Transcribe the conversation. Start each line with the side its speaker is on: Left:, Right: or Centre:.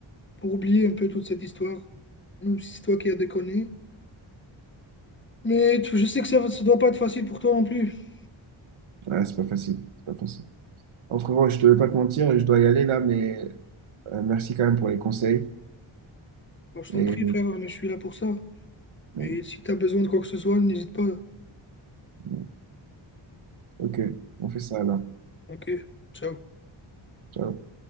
Left: pour oublier un peu toute cette histoire. Même si c'est toi qui as déconné. Mais tu- je sais que ça ne doit pas être facile pour toi non plus.
Right: Ouais, c'est pas facile. C'est pas facile. En frérot, je te veux pas te mentir, je dois y aller là, mais euh, merci quand même pour les conseils.
Left: Moi, je t'en
Right: Et
Left: prie, frère, je suis là pour ça.
Right: bon,
Left: Et si t'as besoin de quoi que ce soit, n'hésite pas.
Right: bon, ok, on fait ça alors.
Left: Ok, ciao.
Right: Ciao.